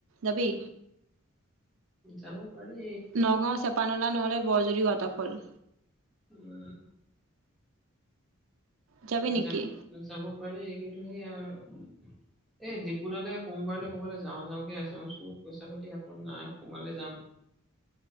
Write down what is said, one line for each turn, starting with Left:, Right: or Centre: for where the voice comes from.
Right: যাবি
Centre: যাব পাৰি
Right: নগাঁও চেপা নলা নহ'লে বৰজুৰি ৱাটাৰফল
Centre: উম
Right: যাবি নেকি
Centre: যা যাব পাৰি এই কিন্তু সেই আৰু এই ডিপুডালে সোমবাৰলে কবালে যাওঁ যাওঁকে আছে মই চো পইচা পাতি হাতত নাই সোমালে যাম